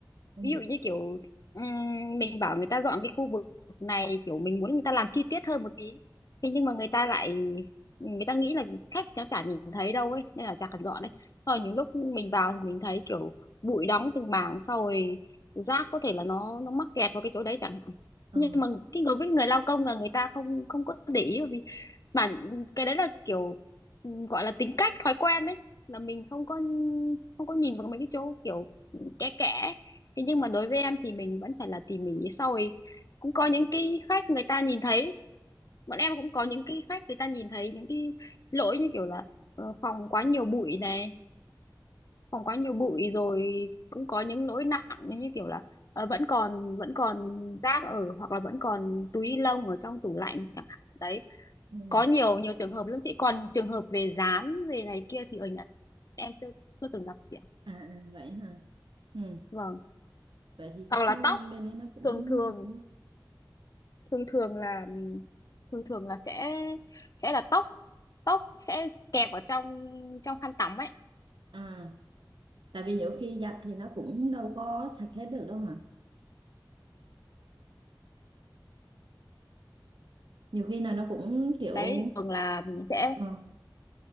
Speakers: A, on the right; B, on the left.
A: ừ,
B: ví dụ như kiểu ừm, mình bảo người ta dọn cái khu vực này kiểu mình muốn người ta làm chi tiết hơn một tí thế nhưng mà người ta lại người ta nghĩ là khách nó chả nhìn thấy đâu ấy nên là chả cần dọn đấy rồi những lúc mình vào thì mình thấy kiểu bụi đóng từng mảng sau rồi rác có thể là nó nó mắc kẹt vào cái chỗ đấy chẳng hạn
A: ờ,
B: nhưng mà cái người với người lao công là người ta không không có để ý bởi vì bản cái đấy là kiểu ừ, gọi là tính cách thói quen đấy là mình không có không có nhìn vào mấy cái chỗ kiểu kẽ kẽ thế nhưng mà đối với em thì mình vẫn phải là tỉ mỉ sau rồi cũng có những cái khách người ta nhìn thấy bọn em cũng có những cái khách người ta nhìn thấy những cái lỗi như kiểu là ờ, phòng quá nhiều bụi này phòng quá nhiều bụi rồi cũng có những lỗi nặng như như kiểu là ờ, vẫn còn vẫn còn rác ở hoặc là vẫn còn túi ni lông ở trong tủ lạnh chẳng hạn đấy
A: ừ.
B: có nhiều nhiều trường hợp lắm chị còn trường hợp về dán về này kia thì ở Nhật em chưa chưa từng gặp chị ạ
A: À, à, vậy hả? Ừ,
B: vâng
A: vậy thì
B: hoặc
A: chắc
B: là tóc
A: bên đấy nó cũng
B: thường thường
A: sạch đúng không?
B: thường thường là thường thường là sẽ sẽ là tóc tóc sẽ kẹp ở trong trong khăn tắm ấy
A: À, tại vì nhiều khi giặt thì nó cũng đâu có sạch hết được đâu hả? nhiều khi là nó cũng kiểu
B: đấy thường là sẽ
A: ờ,